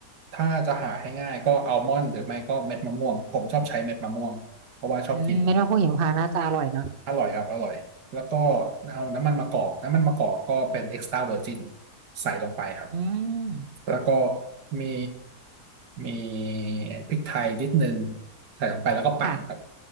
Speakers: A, on the right; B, on the right.
A: ถ้าจะหาให้ง่ายก็อัลมอนด์หรือไม่ก็เม็ดมะม่วงผมชอบใช้เม็ดมะม่วงเพราะว่าชอบกิน
B: อืมไม่ว่าพวกหิมพานต์น่าจะอร่อยเนาะ
A: อร่อยครับอร่อยแล้วก็เอาน้ำมันมะกอกน้ำมันมะกอกก็เป็น extra virgin ใส่ลงไปครับ
B: อืม
A: แล้วก็มีมีพริกไทยนิดนึงใส่ลงไปแล้วก็ปั่นครับ
B: ค่ะ